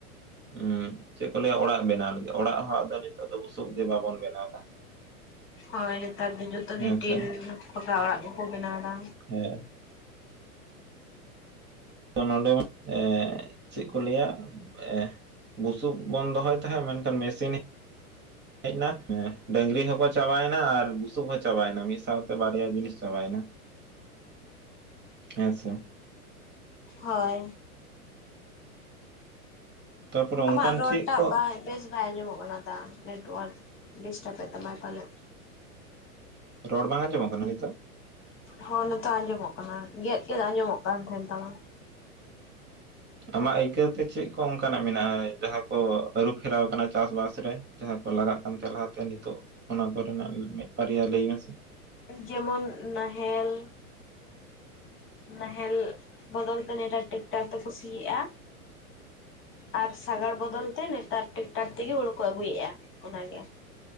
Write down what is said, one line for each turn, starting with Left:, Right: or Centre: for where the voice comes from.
Right: ᱩᱸᱜ ᱪᱮᱫ ᱠᱚ ᱞᱟᱹᱭᱟ ᱚᱲᱟᱜ ᱵᱮᱱᱟᱣ ᱞᱟᱜᱤᱫ ᱚᱲᱟᱜ ᱦᱚᱸ ᱟᱫᱚ ᱱᱤᱛᱚᱜ ᱫᱚ ᱵᱩᱥᱩᱵ ᱛᱮ ᱵᱟᱵᱚᱱ ᱵᱮᱱᱟᱣᱫᱟ
Left: ᱦᱚᱭ ᱱᱮᱛᱟᱨ ᱫᱚ ᱡᱚᱛᱚ ᱜᱤ
Right: ᱦᱮᱸᱥᱮ
Left: ᱴᱤᱱ ᱯᱟᱠᱟ ᱚᱲᱟᱜ ᱠᱚᱠᱚ ᱵᱮᱱᱟᱣ ᱫᱟ
Right: ᱦᱮᱸ ᱛᱚ ᱱᱚᱸᱰᱮ ᱢᱤᱫ ᱮᱸ ᱪᱮᱫ ᱠᱚ ᱞᱟᱹᱭᱟ ᱮᱸ ᱵᱩᱥᱩᱵ ᱵᱚᱱ ᱫᱚᱦᱚᱭ ᱛᱟᱦᱮᱸᱜ ᱢᱮᱱᱠᱷᱟᱱ ᱢᱮᱥᱤᱱ ᱦᱮᱡᱱᱟ ᱰᱟᱝᱨᱤ ᱦᱚᱸᱠᱚ ᱪᱟᱵᱟᱭᱮᱱᱟ ᱟᱨ ᱵᱩᱥᱩᱵ ᱦᱚᱸ ᱪᱟᱵᱟᱭᱱᱟ ᱢᱤᱫ ᱥᱟᱶᱛᱮ ᱵᱟᱨᱭᱟ ᱡᱤᱱᱤᱥ ᱪᱟᱵᱟᱭᱱᱟ <inaudible> ᱦᱮᱸᱥᱮ
Left: ᱦᱳᱭ
Right: ᱛᱟᱨᱯᱚᱨᱮ
Left: ᱟᱢᱟᱜ
Right: ᱚᱱᱠᱟᱱ
Left: ᱨᱚᱲ
Right: ᱪᱮᱫ
Left: ᱴᱟᱜ
Right: ᱠᱚ
Left: ᱵᱟᱭ ᱵᱮᱥ ᱵᱟᱭ ᱟᱸᱡᱚᱢᱚᱜ ᱠᱟᱱᱟ ᱫᱟᱢ ᱱᱮᱴᱣᱟᱹᱨᱠ ᱰᱤᱥᱴᱟᱹᱵᱮᱫ ᱛᱟᱢᱟᱭ ᱯᱟᱞᱮᱫ?
Right: ᱨᱚᱲ ᱵᱟᱝ ᱟᱸᱡᱚᱢᱚᱜ ᱠᱟᱱᱟ ᱱᱤᱛᱚᱜ?
Left: ᱦᱚᱸ ᱱᱤᱛᱚᱜ ᱟᱸᱡᱚᱢᱚᱜ ᱠᱟᱱᱟ ᱜᱮᱫ ᱜᱮᱫ ᱟᱸᱡᱚᱢᱚᱜ ᱠᱟᱱ ᱛᱟᱦᱮᱱ ᱛᱟᱢᱟ
Right: ᱟᱢᱟᱜ ᱟᱹᱭᱠᱟᱹᱣᱛᱮ ᱪᱮᱫ ᱠᱚ ᱚᱱᱠᱟᱱᱟᱜ ᱢᱮᱱᱟᱜᱼᱟ ᱡᱟᱸᱦᱟᱸ ᱠᱚ ᱟᱹᱨᱩᱯᱷᱮᱨᱟᱣ ᱠᱟᱱᱟ ᱪᱟᱥᱵᱟᱥ ᱨᱮ ᱡᱟᱸᱦᱟᱸ ᱠᱚ ᱞᱟᱜᱟᱜ ᱠᱟᱱ ᱛᱟᱸᱦᱮ ᱞᱟᱦᱟᱛᱮ ᱱᱤᱛᱚᱜ ᱚᱱᱟ ᱠᱚᱨᱮᱱᱟᱜ ᱢᱤᱫ ᱵᱟᱨᱭᱟ ᱞᱟᱹᱭ ᱵᱮᱱ ᱥᱮ?
Left: ᱡᱮᱢᱚᱱ ᱱᱟᱦᱮᱞ ᱱᱟᱦᱮᱞ ᱵᱚᱫᱚᱞ ᱛᱮ ᱱᱮᱴᱟᱨ ᱴᱮᱠᱴᱟᱨ ᱛᱮᱠᱚ ᱥᱤᱭᱮᱜᱼᱟ ᱟᱨ ᱥᱟᱜᱟᱲ ᱵᱚᱫᱚᱞ ᱛᱮ ᱱᱮᱛᱟᱨ ᱴᱮᱠᱴᱟᱨ ᱛᱮᱜᱮ ᱦᱩᱲᱩ ᱠᱚ ᱟᱜᱩᱭᱮᱼᱟ ᱚᱱᱟᱜᱮ